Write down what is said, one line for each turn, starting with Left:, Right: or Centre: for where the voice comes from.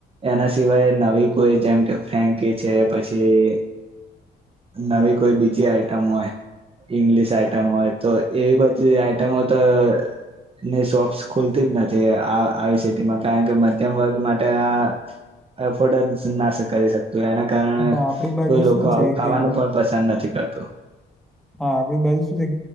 Right: એના સિવાય નવી કોઈ જેમ કે ફ્રેન્કી છે પછી નવી કોઈ બીજી આ આ હોય ઈંગ્લિશ આઈટમ હોય તો એવી બધી આઈટમો તોની શોપ્સ ખુલતી જ નથી આવી સિટીમાં કારણ કે મધ્યમ વર્ગ માટે આફોર્ડ ના કરી તો એના કારણે
Centre: પણ આપણી બાજુ
Right: કોઈ લોકો
Centre: શું
Right: આવું
Centre: છે
Right: ખાવાનું
Centre: કે
Right: પણ પસંદ નથી <inaudible>
Centre: હા આપડી બાજુ શું છે